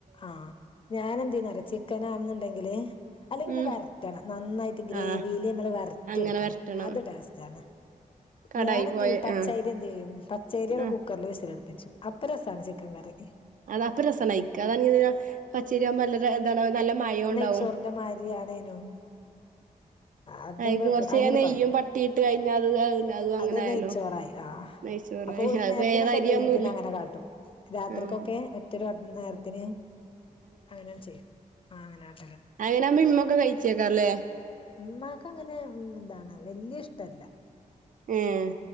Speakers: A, on the left; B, on the right.
A: ആഹ് ഞാനെന്ത് ചെയ്യുന്നറിയോ ചിക്കനാണെന്നുണ്ടെങ്കില് അല്ലെങ്കിൽ
B: ഉം
A: വരട്ടണം നന്നായിട്ട് ഗ്രേവിയില്
B: ആഹ്
A: നമ്മള് വരട്ടിയെടുക്കണം
B: അങ്ങനെ വരട്ടണം
A: അത് ടേസ്റ്റ് ആണ്
B: കടായി
A: ഞാനു എന്ത്
B: പോയ
A: ചെയ്യും പച്ചരി
B: ആഹ്
A: എന്ത് ചെയ്യും പച്ചരിയാണ്
B: ആഹ്
A: കുക്കറിൽ വിസിലിടും ച്ച അപ്പ രസമാണ് ചിക്കൻ കറി
B: അത അപ്പൊ രസാണ് ഇക്ക <unintelligible> അതാണ പച്ചരിയാവുമ്പോ എന്താ നല്ല മയോം ഉണ്ടാവും
A: നെയ്ച്ചോറിന്റെ മാരിയാണേനും അതണ്ട്
B: അയി ല്കൊറച്ചു
A: അങ്ങനെണ്ട്
B: നെയ്യും
A: കാട്ടും
B: പട്ടിംയിട്ട് കഴിഞ്ഞ അതിൽ അതും അങ്ങനെ
A: അത്
B: ആയല്ലോ
A: നെയ്ച്ചോറായി ആഹ്
B: നെയ്ച്ചോറായി
A: അപ്പൊ ഒരു
B: അതിപ്പോ
A: നേരത്തിനൊക്കെ
B: ഏത് അരിയൊന്നുല്ല
A: എന്ത്‌ ചെയ്യും പിന്നെ അങ്ങനെ കാട്ടും രാത്രിക്കൊക്കെ
B: ആഹ്
A: ഒറ്റൊരു നേര ത്തിനു അങ്ങനെയ ചെയ്യആഹ് അങ്ങനെ ണ്
B: അങ്ങനാകുമ്പം ഇമ്മക്ക കഴിചേക്കാല്ലേ <unintelligible>
A: ഉമ്മാക്ക് അങ്ങനെ എന്താണ് വല്യ ഇഷ്ടല്ല
B: ഏഹ്